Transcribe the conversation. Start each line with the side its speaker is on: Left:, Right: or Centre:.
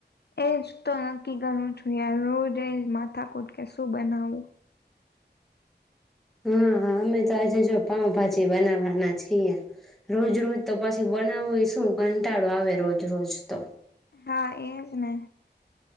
Left: એજ તો નક્કી કરવું છુ યાર રોજ એજ માથાકૂટ કે શું બનાવવું.
Centre: હા અમે તો આજે જો પાઉભાજી બનાવવાના છીએ રોજ રોજ તો પછી બનાવવું શું કંટાળો આવે રોજ રોજ તો.
Left: હા એજ ને.